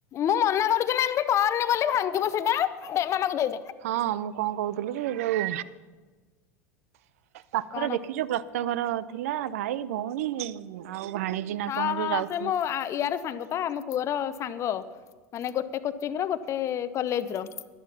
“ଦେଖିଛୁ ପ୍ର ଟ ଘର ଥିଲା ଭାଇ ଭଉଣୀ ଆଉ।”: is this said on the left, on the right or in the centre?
Right